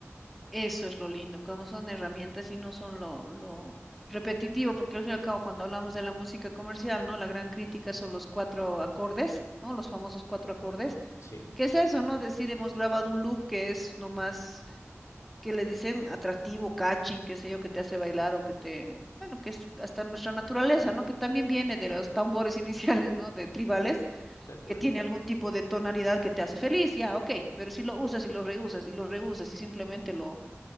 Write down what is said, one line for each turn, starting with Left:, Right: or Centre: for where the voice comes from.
Centre: Eso es lo lindo, cuando son herramientas y no son lo, lo repetitivo, porque al fin y al cabo cuando hablamos de la música comercial, ¿no? La gran crítica son los cuatro acordes, ¿no? Los famosos cuatro acordes.
Left: Sí,
Centre: ¿Qué es eso, no? Decir hemos grabado un loop que es nomás, que le dicen atractivo, catching, qué sé yo, que te hace bailar o que te, bueno, que es hasta nuestra naturaleza, ¿no? Que también viene de los tambores <laughs> iniciales, ¿no? De tribales,
Left: tal cual.
Centre: que tiene algún tipo de tonalidad que te hace feliz, ya, ok, pero si lo usas y lo reusas y lo reusas y simplemente lo